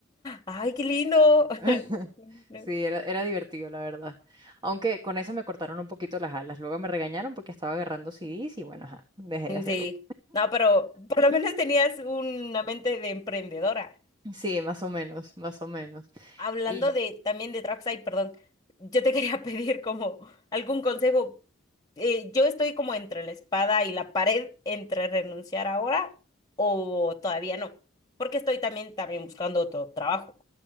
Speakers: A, on the left; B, on the right.
A: Ay, qué lindo.
B: <laughs>
A: <laughs>
B: Sí, era, era divertido, la verdad. Aunque con esa me cortaron un poquito las alas. Luego me regañaron porque estaba agarrando CDs y bueno, ajá, dejé de hacerlo.
A: Sí. No, pero por lo menos tenías una mente de emprendedora.
B: Sí, más o menos, más o menos.
A: Hablando
B: Y,
A: de también de Dragside, perdón, yo te <laughs> quería pedir como algún consejo. Eh, yo estoy como entre la espada y la pared, entre renunciar ahora o todavía no, porque estoy también también buscando otro trabajo.